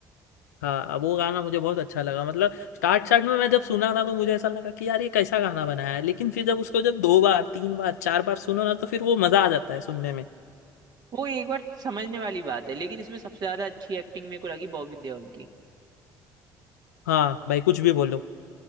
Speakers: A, on the left; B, on the right.
A: हाँ अब वो गाना मुझे बहुत अच्छा लगा मतलब स्टार्ट स्टार्ट में मैं जब सुना था तो मुझे ऐसा लगा कि यार ये कैसा गाना बनाया है लेकिन फिर जब उसको जब दो बार तीन बार चार बार सुनो ना तो फिर वो मजा आ जाता है सुनने में
B: वो एक बार समझने वाली बात है लेकिन इसमें सबसे ज्यादा अच्छी एक्टिंग मेरे को लगी बॉबी देओल की
A: हाँ भाई कुछ भी बोलो